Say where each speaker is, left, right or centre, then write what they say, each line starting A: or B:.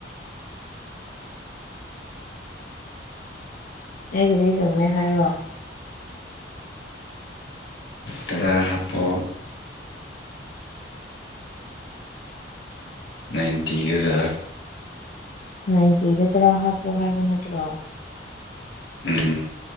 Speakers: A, on the left; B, on the left.
A: ꯑꯩꯒꯤꯗꯤ ꯆꯨꯝꯃꯦ ꯍꯥꯏꯔꯣ
B: ꯇꯔꯥ ꯍꯥꯞꯄꯣ ꯅꯥꯏꯟꯇꯤꯒꯔ
A: ꯅꯥꯏꯟꯇꯤꯗ ꯇꯔꯥ ꯍꯥꯞꯄꯣ ꯍꯥꯏꯕ ꯅꯠꯇ꯭ꯔꯣ
B: ꯎꯝ